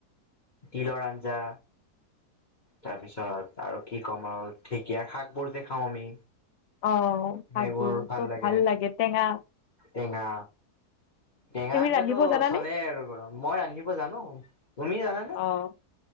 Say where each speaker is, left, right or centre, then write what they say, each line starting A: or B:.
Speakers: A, on the left; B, on the left.
A: তিলৰ আঞ্জা তাৰপিছত আৰু কি ক'ম আৰু ঢেঁকীয়া শাকবোৰ যে খাওঁ আমি
B: অ', শাকবোৰ
A: সেইবোৰ ভাল
B: চব
A: লাগে
B: টেঙা
A: টেঙা টেঙা
B: তুমি
A: আঞ্জাটো
B: ৰান্ধিব জানানে?
A: চলে আৰু বাৰু মই ৰান্ধিব জানো তুমি জানানে?
B: অ',